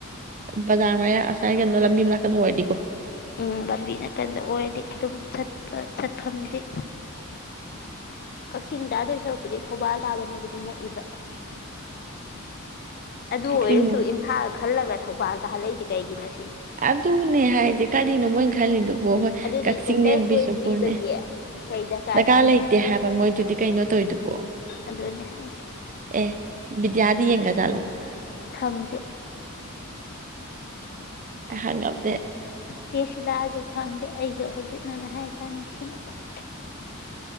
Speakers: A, on the right; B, on the left.
A: ꯕꯖꯥꯔ ꯃꯌꯥ ꯉꯁꯥꯏ ꯀꯩꯅꯣ ꯂꯝꯕꯤ ꯑꯃ ꯂꯥꯛꯀꯗꯣ ꯑꯣꯏꯔꯗꯤꯀꯣ
B: ꯎꯝ ꯂꯝꯕꯤ ꯅꯥꯀꯟꯗ ꯑꯣꯏꯔꯗꯤ ꯑꯗꯨꯝꯠꯄ ꯆꯠꯐꯝꯗꯤ ꯀꯛꯆꯤꯡꯗꯥꯗꯣꯏ ꯁꯔꯨꯛꯄꯨꯗꯤ ꯊꯧꯕꯥꯜ ꯇꯥꯕꯅꯕꯨꯗꯤ ꯅꯛꯏꯕ ꯑꯗꯨ
A: ꯀꯛꯆꯤꯡ
B: ꯑꯣꯏꯔꯁꯨ ꯏꯝꯐꯥꯜ ꯈꯜꯂꯒ ꯊꯧꯕꯥꯜꯗ ꯍꯜꯂꯛꯏꯁꯦ ꯀꯩꯒꯤꯅꯣ ꯁꯤꯅꯤ
A: ꯑꯗꯨꯅꯦ ꯍꯥꯏꯁꯦ ꯀꯔꯤꯅꯣ ꯃꯣꯏꯅ ꯈꯜꯂꯤꯗꯣ ꯋ‌ꯣ ꯍꯣꯏ
B: ꯑꯗꯨꯗꯤ
A: ꯀꯛꯆꯤꯡꯅꯦ
B: ꯁꯦꯟꯇꯔ
A: ꯕꯤꯁꯅꯨꯄꯨꯔꯅꯦ
B: ꯆꯣꯏꯁ ꯄꯤꯕꯒꯤ ꯀꯩ
A: ꯗꯔꯀꯥꯔ
B: ꯇꯥꯒꯦ
A: ꯂꯩꯇꯦ ꯍꯥꯏꯕ ꯃꯣꯏꯗꯨꯗꯤ ꯀꯩꯅꯣ ꯇꯧꯔꯤꯗꯨꯕꯣ
B: ꯑꯗꯨꯅꯦ ꯍꯥꯏꯁꯦ
A: ꯑꯦ ꯕꯤꯗꯌꯥꯗꯤ ꯌꯦꯡꯈꯔꯖꯥꯠꯂꯣ
B: ꯈꯪꯗꯦ
A: ꯍꯥꯡꯉꯝ
B: ꯆꯦ ꯁꯤꯂꯥꯁꯨ ꯈꯪꯗꯦ ꯑꯩꯁꯨ ꯍꯧꯖꯤꯛꯅꯅꯦ ꯍꯥꯏ ꯀꯥꯟ ꯅꯤꯡꯁꯤꯡꯉꯛꯑꯦ